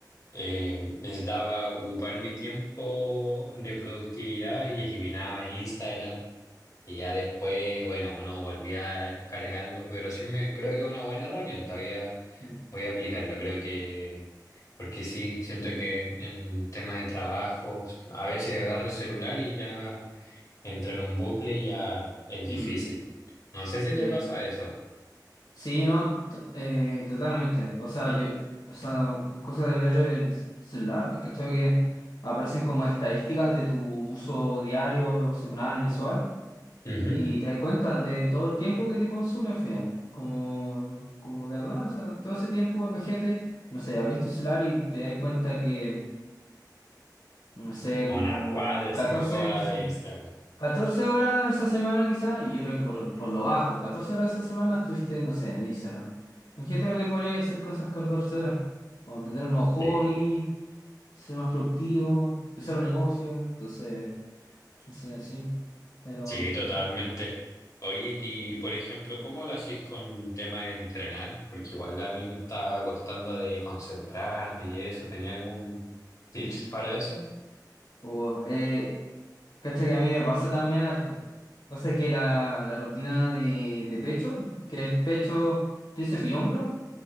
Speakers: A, on the left; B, on the left.
A: eh, necesitaba ocupar mi tiempo de productividad y eliminaba Instagram. Y ya después, bueno, uno volvía a descargarlo, pero sí me creo que es una buena herramienta. Voy a,
B: mm,
A: voy a aplicarlo, creo que, porque sí, siento que en en tema de trabajo, a veces agarro el celular y ya entro en un bucle y ya es
B: mm,
A: difícil. No sé si te
B: sí.
A: pasa eso.
B: Sí, no, T- eh, totalmente. O sea, yo, o sea, es cosa de ver el celular, es ¿cachai? Que aparecen como estadísticas de tu uso diario, semanal, mensual,
A: Ujú.
B: y te das cuenta de todo el tiempo que te consume al final. Como, como de verdad, o sea, todo ese tiempo, imagínate, no sé, abrís tu celular y te das cuenta que, no sé,
A: Una
B: como
A: cuadra,
B: catorce
A: cinco horas
B: sí
A: de Instagram.
B: 14 horas esa semana quizás, y yo creo que por, por lo bajo, 14 horas esa semana estuviste, no sé, en Instagram. Imagínate lo que podría hacer con esas 14 horas. Como aprender un nuevo hobby,
A: Sí,
B: ser más productivo, empezar un negocio, entonces, no sé, sí. Pero,
A: sí, totalmente. Oye, y por ejemplo, ¿cómo lo hacís con tema de entrenar? Porque igual a mí me estaba costando de concentrarme y eso. ¿Tenía algún tips para eso?
B: o, eh, cacha que a mí me pasa también harto. Pasa que la, la rutina de, de pecho, que es pecho, tríceps y hombro,